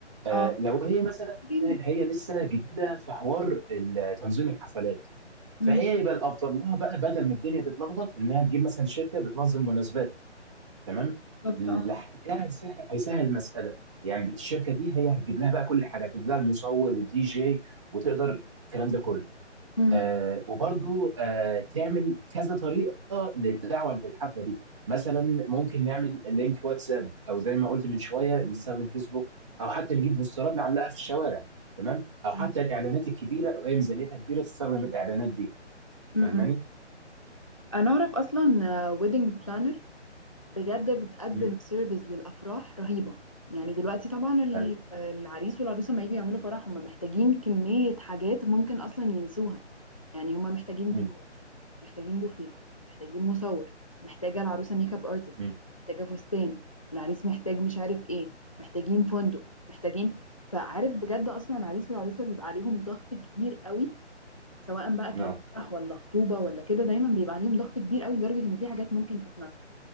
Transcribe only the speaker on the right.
آه
لو هي مثلا
هي لسه جديده في حوار ال- تنظيم الحفلات
فهي يبقى الافضل لها بقى بدل ما الدنيا تتلخبط انها تجيب مثلا شركه بتنظم مناسبات تمام
لح-
ده هيسهل هيسهل المساله يعني الشركه دي هي هتجيب لها بقى كل حاجه هتجيب لها المصور والدي جي وتقدر الكلام ده كله
آه وبرضو آه تعمل كذا طريقه للدعوه للحفله دي مثلا ممكن نعمل لينك واتساب او زي ما قلت من شويه نستخدم فيسبوك او حتى نجيب بوسترات نعلقها في الشوارع تمام او
حتى الاعلانات الكبيره لو هي ميزانيتها كبيره تستخدم الاعلانات دي
فاهماني؟
امم
ايوه
امم
امم
نعم